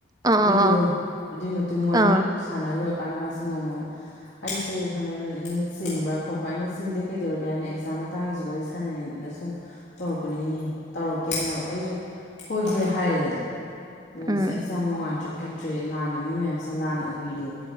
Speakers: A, on the right; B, on the left.
A: ꯑꯣ ꯑꯥ
B: ꯑꯗꯨꯏꯗꯣ
A: ꯑꯥ ꯑꯥ
B: ꯑꯗꯨꯒꯤ ꯃꯇꯨꯡ ꯋꯥꯔꯤ
A: ꯑꯥ
B: ꯁꯥꯟꯅ ꯂꯣꯏꯨꯔ ꯀꯥꯟꯗ ꯃꯥꯁꯦ ꯅꯣꯡꯃ ꯑꯃ ꯑꯩꯁꯦ ꯍꯣꯔꯦꯟ ꯆꯤꯟꯕ꯭ꯔꯥ ꯈꯣꯠꯄ꯭ꯔꯥ ꯑꯩꯅ ꯆꯤꯟꯗꯦ ꯀꯩꯗꯧꯔꯒꯦ ꯍꯥꯏꯅ ꯑꯦꯛꯖꯥꯝ ꯃꯇꯥꯡꯒꯤꯁꯨ ꯋꯥꯔꯤ ꯁꯥꯟꯅꯅꯤꯡꯗꯅ ꯁꯨꯝ ꯇꯧꯔꯛꯄꯅꯤ ꯇꯧꯔꯛꯀꯦꯅ ꯍꯥꯏꯕ ꯑꯩꯁꯨ ꯍꯣꯏ ꯍꯣꯏ ꯍꯥꯏꯔꯦꯗꯅ
A: ꯎꯝ
B: ꯑꯩꯁ ꯌꯥꯝ ꯅꯨꯡꯉꯥꯏꯇ꯭ꯔꯦ ꯈꯣꯠꯇ꯭ꯔꯦ ꯂꯥꯟꯅ ꯃꯤ ꯃꯌꯥꯝꯁꯤꯅ ꯂꯥꯟꯅ ꯎꯕꯤꯔꯦ